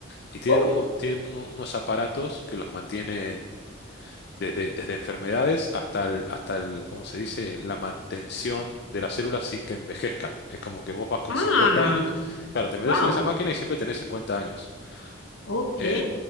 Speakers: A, on the left (about 50°); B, on the left (about 65°).
A: y tienen,
B: Oh,
A: un mo- tienen un- unos aparatos que los mantienen desde, desde enfermedades hasta el, hasta el, ¿cómo se dice? La mantención de las células sin que envejezcan. Es como que vos vas con
B: ah,
A: 50 años, claro, te metes
B: wow,
A: en esa máquina y siempre tenés 50 años.
B: ok,
A: Eh,